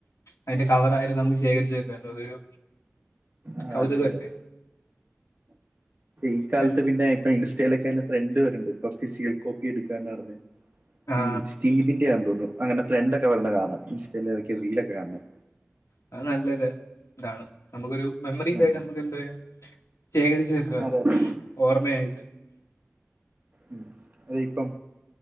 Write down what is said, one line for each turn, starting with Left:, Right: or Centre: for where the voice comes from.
Left: അയിന്റെ കവറായാലും നമുക്ക് ശേഖരിച്ചു വെക്കാല്ലോ അതൊരു
Right: ആഹ്
Left: കൗതുകമല്ലേ
Right: അതെ അതെ ഈ കാലത്ത്
Left: കാരണം
Right: പിന്നെ ഇപ്പ ഇൻ ചെലക്കാല്ലോ ഫ്രണ്ട് വര്ണ്ട് ഇപ്പോ ഫിസിയൽ കോപ്പി എടുക്കാനാർഞ്ഞ്.
Left: ആ
Right: ഈ സ്റ്റീബിന്റെ ആ തോന്നുന്നു അങ്ങനെ ത്രെൻഡ ഒക്കെ വര്ന്ന കാണാം ഇൻസ്റ്റലേ റീലൊക്കെ കാണണം.
Left: അത് നല്ലൊര് താണ് നമ്മക്കൊരു മെമ്മറീസ്
Right: ഉം
Left: ആയിട്ട് നമുക്ക് എന്താ ശേഖരിച്ച് വെക്കാല്ലോ
Right: അതെ അതെ
Left: ഓർമ്മയായിട്ട്.
Right: ഉം അതിപ്പം